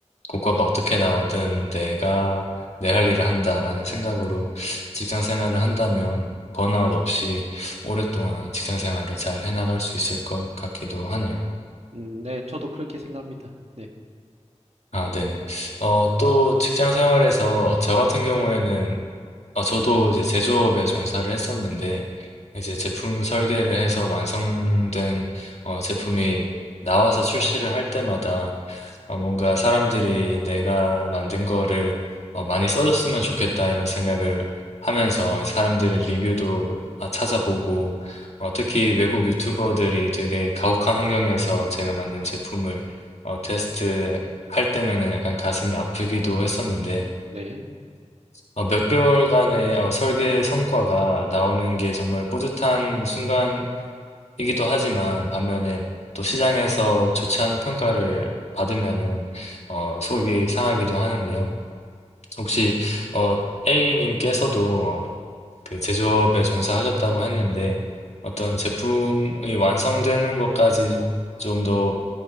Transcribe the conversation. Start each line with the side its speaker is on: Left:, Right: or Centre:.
Left: 고과가 어떻게 나오든 내가 내 할 일을 한다라는 생각으로 직장 생활을 한다면 번아웃 없이 오랫동안 직장 생활을 잘 해나갈 수 있을 것 같기도 하네요.
Right: 음, 네, 저도 그렇게 생각합니다. 네,
Left: 아, 네네. 어, 또 직장 생활에서 저 같은
Right: 네,
Left: 경우에는 아, 저도 이제 제조업에 종사를 했었는데, 이제 제품 설계를 해서 완성된 어, 제품이 나와서 출시를 할 때마다 어, 뭔가 사람들이 내가 만든 거를 어, 많이 써줬으면 좋겠다 이런 생각을 하면서 사람들의 리뷰도 아, 찾아보고, 어, 특히 외국 유튜버들이 되게 가혹한 환경에서 제가 만든 제품을 어, 테스트 할 때면은 약간 가슴이 아프기도 했었는데,
Right: 네.
Left: 어, 몇 개월간의 어, 설계 성과가 나오는 게 정말 뿌듯한 순간이기도 하지만 반면에 또 시장에서 좋지 않은 평가를 받으면은 어, 속이 상하기도 하는데요. 혹시 어, A님께서도 어, 그 제조업에 종사하셨다고 했는데 어떤 제품이 완성되는 것까지 좀더